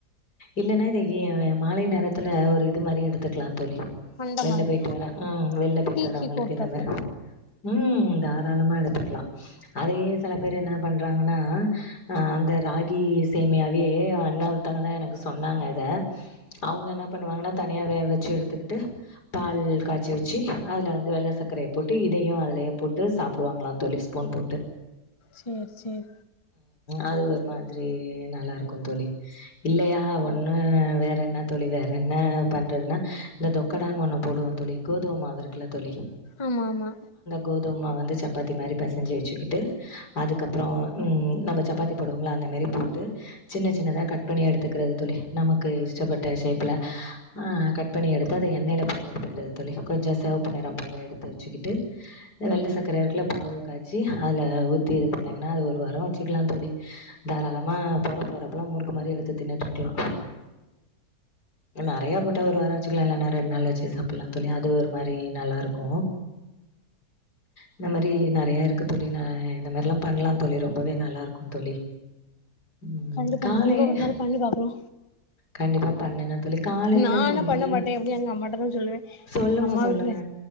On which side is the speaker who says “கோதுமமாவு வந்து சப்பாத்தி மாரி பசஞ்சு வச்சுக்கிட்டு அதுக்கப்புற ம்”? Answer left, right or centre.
Left